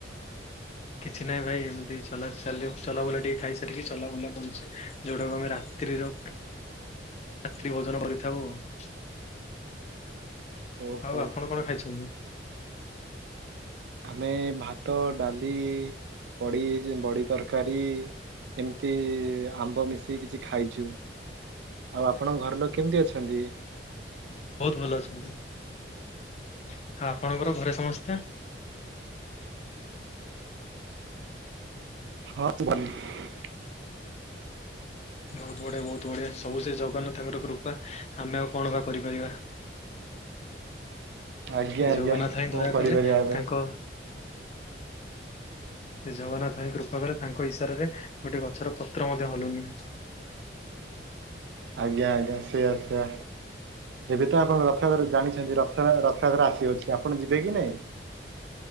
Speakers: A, on the right; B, on the left.
A: ହ
B: କିଛି ନାହିଁ ଭାଇ ଏମିତି ଚ ଚା ଚଲାବୁଲା ଟିକେ ଖାଇସାରିକି ଚଲାବୁଲା ବଛେ ଯଉଟାକୁ ଆମେ ରାତିିର
A: ହଁ
B: ରାତି ଭୋଜନ କରିଥାଉ। <inaudible> <inaudible>
A: ଓହୋ
B: ଆଉ ଆପଣ କଣ ଖାଇଛନ୍ତି।
A: ଆମେ ଭାତ ଡାଲି ପଡ଼ି ବଡ଼ି ତରକାରୀ। ଏମିତି ଆମ୍ବ ମିଶିକି କିଛି ଖାଇଛୁ। ଆଉ ଆପଣଙ୍କ ଘର ଲୋକ କେମିତି ଅଛନ୍ତି।
B: ବହୁତ ଭଲ ଅଛନ୍ତି। <inaudible> ଆଉ ଆପଣଙ୍କର ଘରେ ସମସ୍ତେ।
A: ହଁ <unintelligible>
B: ବହୁତ ବଢିଆ ବହୁତ ବଢିଆ ସବୁ ସେ ଜଗନ୍ନାଥ ତାଙ୍କର କୃପା ଆମେ ଆଉ କଣ ବା କରିପାରିବା।
A: ଆଜ୍ଞା
B: ସେ
A: ଆଜ୍ଞା
B: ଜଗନ୍ନାଥ ହିଁ
A: କଣ
B: ଦୟା
A: କରିପାରିବା
B: କଲେ
A: ଏବେ
B: ତାଙ୍କ ସେ ଜଗନ୍ନାଥ ଭାଇ କୃପା କଲେ ତାଙ୍କ ଇଶାରାରେ ଗୋଟେ ଗଛର ପତ୍ର ମଧ୍ୟ ହଲୁନି।
A: <inaudible> ଆଜ୍ଞା ଆଜ୍ଞା ସେଆ ସେଆ। ଏବେ ତ ଆପଣ ରଥଯାତ୍ରା ଜାଣିଛନ୍ତି ରଥଯାତ୍ରା ଆସିଅଛି ଆପଣ ଯିବେ କି ନାଇଁ।